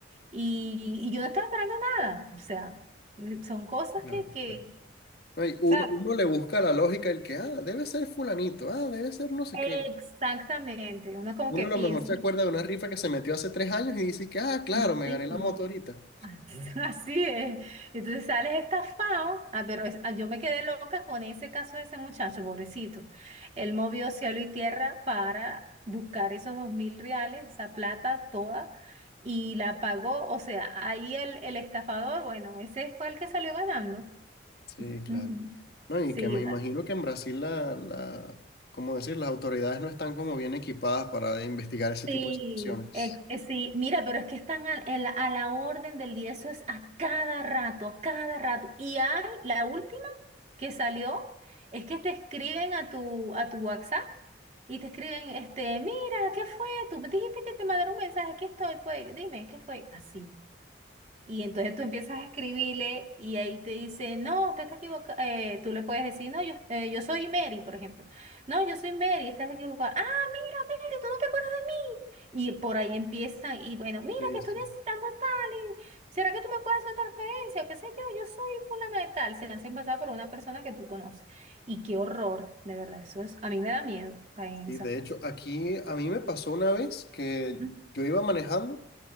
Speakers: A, on the right (about 35°); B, on the left (about 55°).
A: y, y yo no estaba esperando nada. O sea, eh, son cosas
B: Claro,
A: que, que,
B: claro. No, y uno,
A: ¿sabes?
B: uno le busca la lógica el que, ah, debe ser fulanito, ah, debe ser no sé
A: Exactamente,
B: qué.
A: uno como
B: Uno
A: que
B: a
A: piensa,
B: lo mejor se acuerda de una rifa que se metió hace tres años y dice que, ah, claro,
A: "Ay,
B: me
A: señor,
B: gané la moto ahorita.
A: así <laughs> así es. Entonces sales estafado, ah, pero es- ah, yo me quedé loca con ese caso de ese muchacho, pobrecito. Él movió cielo y tierra para buscar esos dos mil reales, esa plata toda, y la pagó. O sea, ahí el, el estafador, bueno, ese fue el que salió ganando.
B: Sí, claro.
A: Ujú.
B: No,
A: Sí,
B: y que me imagino que en Brasil la, la, ¿cómo decir? Las autoridades no están como bien equipadas para investigar ese
A: Sí,
B: tipo de situaciones.
A: ex- eh, sí, mira, pero es que están al- el- a, la orden del día, eso es a cada rato, a cada rato. Y hay la última que salió, es que te escriben a tu, a tu WhatsApp y te escriben, este, mira, ¿qué fue? Tú me dijiste que te mandaron un mensaje, aquí estoy, pues, dime, ¿qué fue? Así. Y entonces tú empiezas a escribirle y ahí te dice, no, usted está equivocado. tú le puedes decir, no, yo, eh, yo soy Mary, por ejemplo. No, yo soy Mary, estás equivocada. Ah, mira, Mary, tú no te acuerdas de mí. Y por ahí empiezan, y bueno, mira
B: Sí,
A: que estoy
B: sí.
A: necesitando tal. y ¿Será que tú me puedes hacer una transferencia? O qué sé yo, yo soy fulana de tal. Se hacen pasar por una persona que tú conoces. Y qué horror, de verdad. Eso es, a mí me da miedo caer en
B: Y
A: esas
B: de hecho,
A: cosas.
B: aquí a mí me pasó una vez que
A: Ujú,
B: yo iba manejando.